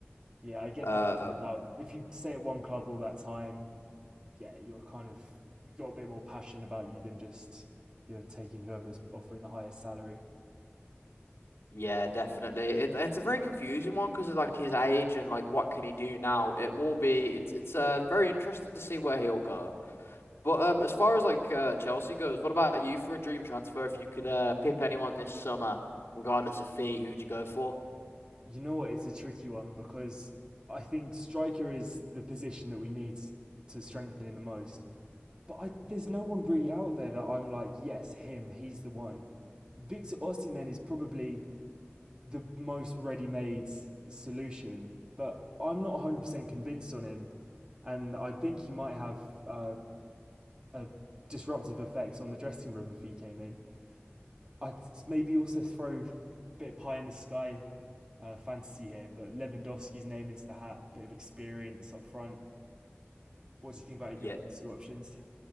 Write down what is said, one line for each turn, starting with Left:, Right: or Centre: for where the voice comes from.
Right: yeah, I get
Left: Um,
Right: that. About if you stay at one club all that time, yeah, you're kind of you've got a bit more passion about you than just you're taking whoever's offering the highest salary.
Left: yeah, definitely. It, it's a very confusing one because of like his age and like what can he do now. It will be it's it's uh very interesting to see where he'll go. But um, as far as like uh, Chelsea goes, what about you for a dream transfer? If you could uh, pip anyone this summer, regardless of fee, who'd you go for?
Right: You know what? It's a tricky one because I think striker is the position that we need to strengthen in the most. But I, there's no one really out there that I'm like, yes, him, he's the one. Victor Osimhen is probably the most ready-made solution, but I'm not 100% convinced on him, and I think he might have uh, a disruptive effect on the dressing room if he came in. I'd maybe also throw a bit of pie in the sky uh, fantasy here, but Lewandowski's name into the hat, a bit of experience up front. What do you think about either
Left: Yeah.
Right: of those two options?